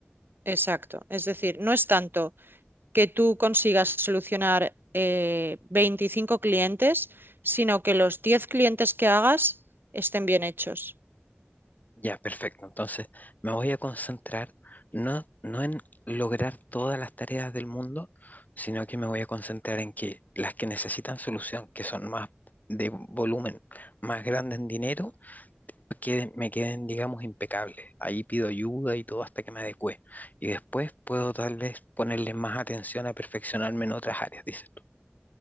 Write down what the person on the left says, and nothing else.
Ya, perfecto. Entonces, me voy a concentrar no, no en lograr todas las tareas del mundo, sino que me voy a concentrar en que las que necesitan solución, que son más de volumen, más grande en dinero, queden, me queden, digamos, impecables. Ahí pido ayuda y todo hasta que me adecue. Y después puedo tal vez ponerle más atención a perfeccionarme en otras áreas, dices tú.